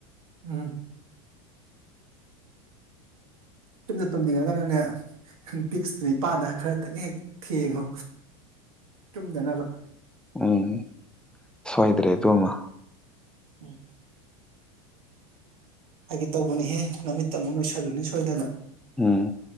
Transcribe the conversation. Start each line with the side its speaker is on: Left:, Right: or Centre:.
Right: ꯎꯝ ꯇꯃꯤ ꯇꯡ ꯀꯅꯅꯦ ꯕꯤꯛꯁꯅꯤ ꯄꯥꯟꯗ ꯈꯔ ꯈꯤꯇꯪ ꯍꯦꯛ ꯊꯦꯡꯉꯣ ꯆꯨꯝꯗꯅꯕ
Centre: ꯎꯝ ꯁꯣꯏꯗ꯭ꯔꯦ ꯑꯗꯨꯃ
Right: ꯎꯝ ꯍꯥꯏꯒ ꯇꯧꯕꯅꯤꯍꯦ ꯅꯨꯃꯤꯠꯇ ꯑꯃꯨꯛ ꯂꯣꯏꯁꯜꯂꯨꯅꯤ ꯁꯣꯏꯗꯅ
Centre: ꯎꯝ